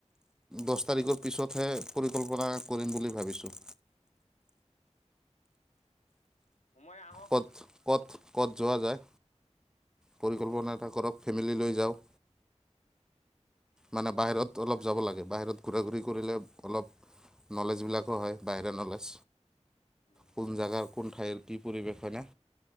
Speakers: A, in the centre; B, on the left (about 75°).
A: দহ তাৰিখে পিছতহে পৰিকল্পনা কৰিম বুলি ভাবিছো।
B: সময় আহক
A: কত কত কত যোৱা যায়। পৰিকল্পনা এটা কৰক ফেমিলি লৈ যাওঁক। মানে বাহিৰত অলপ যাব লাগে বাহিৰত ঘূৰা ঘূৰি কৰিলে অলপ নলেজবিলাকো হয় বাহিৰা নলেজ
B: উম
A: কোন জেগাৰ কোন ঠাইৰ কি? পৰিৱেশ না